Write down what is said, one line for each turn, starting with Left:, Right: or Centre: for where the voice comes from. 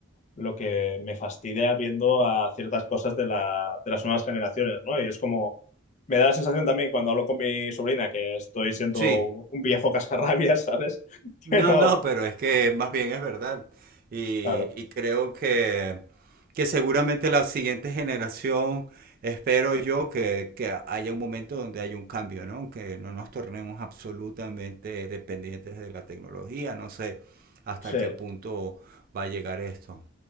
Left: lo que me fastidia viendo a ciertas cosas de, la, de las nuevas generaciones, ¿no? Y es como, me da la sensación también cuando hablo con mi sobrina que estoy siendo
Right: Sí.
Left: un viejo cascarrabias, <laughs> ¿sabes?
Right: No,
Left: Pero,
Right: no, pero es que más bien es verdad. Y,
Left: Claro,
Right: y creo que, que seguramente la siguiente generación, espero yo, que, que haya un momento donde haya un cambio, ¿no? Que no nos tornemos absolutamente dependientes de la tecnología. No sé hasta
Left: sí,
Right: qué punto va a llegar esto.